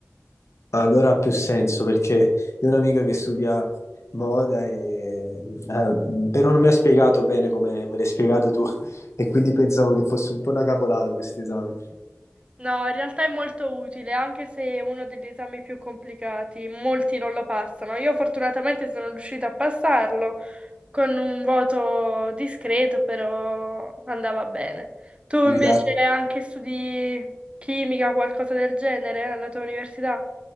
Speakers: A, on the left; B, on the right.
A: Allora ha più senso perché io ho un'amica che studia moda e eh, però non mi ha spiegato bene come me l'hai spiegato tu <laughs> e quindi pensavo che fosse un po' una cavolata questo esame.
B: No, in realtà è molto utile, anche se è uno degli esami più complicati, molti non lo passano. Io fortunatamente sono riuscita a passarlo con un voto discreto, però andava bene. Tu
A: Quindi
B: invece
A: dai.
B: anche studi chimica, qualcosa del genere alla tua università?